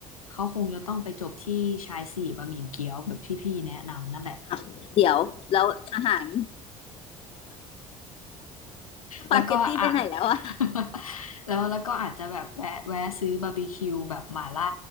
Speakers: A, on the left; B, on the left.
A: เขาคงจะต้องไปจบที่ชายสี่บะหมี่เกี๊ยวแบบที่พี่แนะนำนั่นแหละ
B: อ่ะเดี๋ยวแล้วอาหารสปาเกตตี้ไปไหนแล้วอ่ะ
A: แล้วก็อ่ะ <laughs> แล้วแล้วก็อาจจะแบบแวะแวะซื้อบาร์บีคิวแบบหม่าล่า